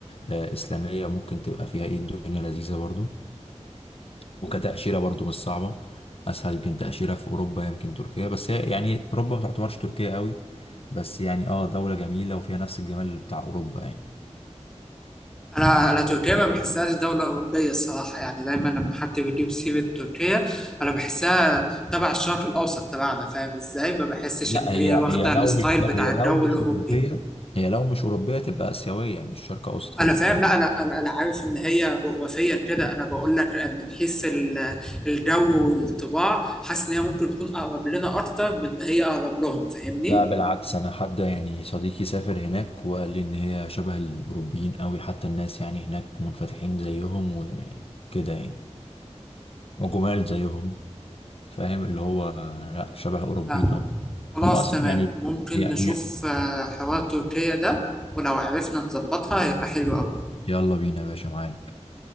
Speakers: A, on the left; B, in the centre.
A: آه، إسلامية ممكن تبقى فيها إيه الدنيا لذيذة برضه وكتأشيرة برضو مش صعبة أسهل يمكن تأشيرة في أوروبا يمكن تركيا بس هي يعني أوروبا ما تعتبرش تركيا قوي بس يعني اه دولة جميلة وفيها نفس الجمال بتاع أوروبا يعني
B: انا انا تركيا ما بحسهاش دوله اوروبيه الصراحه يعني دايما لما حد بيجيب سيره تركيا انا بحسها تبع الشرق الاوسط تبعنا فاهم ازاي ما بحسش
A: لا
B: ان هي
A: هي هي
B: واخده
A: لو
B: الستايل
A: مش لا
B: بتاع
A: هي
B: الجو
A: لو
B: الاوروبي
A: مش أوروبية هي لو مش أوروبية تبقى آسيوية مش شرق أوسط خالص
B: انا فاهم لا انا انا أنا عارف ان هي جغرافيا كده انا بقول لك من حيث ال- الجو والطباع حاسس ان هي ممكن تكون اقرب لنا اكتر من ما هي اقرب لهم فاهمني
A: لا بالعكس أنا حد يعني صديقي سافر هناك وقال لي إن هي شبه الأوروبيين قوي حتى الناس يعني هناك منفتحين زيهم وكده يعني وجمال زيهم فاهم اللي هو لا، شبه أوروبيين
B: آه،
A: أوي
B: خلاص
A: هم أصلا
B: تمام
A: يعني
B: ممكن
A: يا-
B: نشوف
A: يا-
B: آه، حوار تركيا ده ولو عرفنا نظبطها هيبقى حلو قوي
A: يلا بينا يا باشا معاك